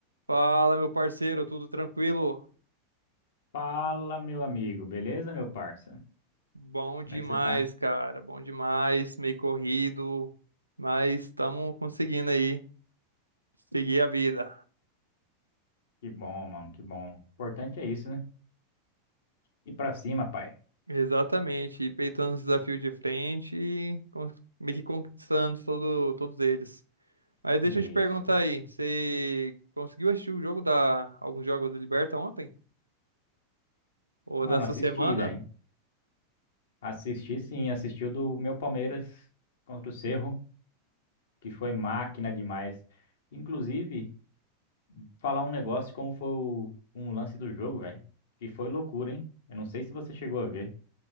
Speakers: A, on the right (about 80°); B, on the left (about 60°).
A: Fala, meu parceiro, tudo tranquilo?
B: Fala, meu amigo, beleza, meu parça?
A: Bom
B: Como
A: demais,
B: é que você tá?
A: cara, bom demais, meio corrido, mas estamos conseguindo aí seguir a vida.
B: Que bom, mano, que bom. O importante é isso, né? E pra cima, pai.
A: Exatamente, e peitando os desafios de frente e con- meio que conquistando todo- todos eles. Aí deixa
B: Isso.
A: eu te perguntar aí, você conseguiu assistir o jogo da, alguns jogos da Liberta ontem? Ou
B: Mano,
A: dessa
B: assisti,
A: semana?
B: velho. Assisti sim, assisti o do meu Palmeiras contra o Cerro, que foi máquina demais. Inclusive, falar um negócio como foi o- um lance do jogo, velho, que foi loucura, hein? Eu não sei se você chegou a ver.